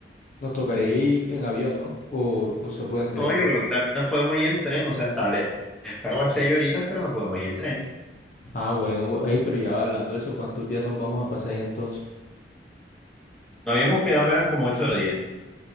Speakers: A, on the left (about 45°); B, in the centre.
A: Nos tocaría ir en avión, ¿no? O, o se puede en tren.
B: No, yo creo que también nos podemos ir en tren, o sea, está le- estamos a seis horitas, pero nos podemos ir en tren.
A: Ah, bueno, bu- ey, pero ya hablando de eso, ¿cuántos días nos vamos a pasar allá entonces?
B: No habíamos quedado, que eran como ocho días.